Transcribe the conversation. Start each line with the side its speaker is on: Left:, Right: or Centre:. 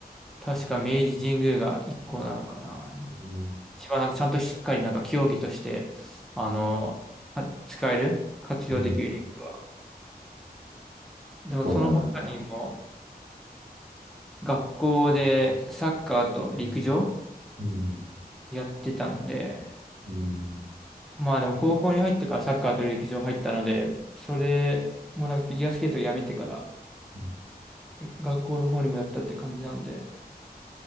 Centre: 確か明治神宮が一個なのかな。
Right: うん。
Centre: 一番なんかちゃんとしっかりなんか競技として、あの、あ使える、活用できるリンクは。
Right: うん
Centre: でもその他にも
Right: そうなんだ。
Centre: 学校でサッカーと陸上
Right: うん。
Centre: やってたので、
Right: うん。
Centre: まあでも高校に入ってからサッカーと陸上入ったので、それもなんかフィギュアスケートをやめてから
Right: うん
Centre: 学校の方にもやったって感じなんで、